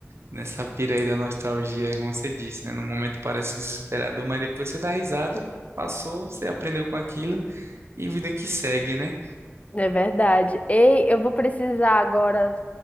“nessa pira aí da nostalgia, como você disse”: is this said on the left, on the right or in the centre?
Right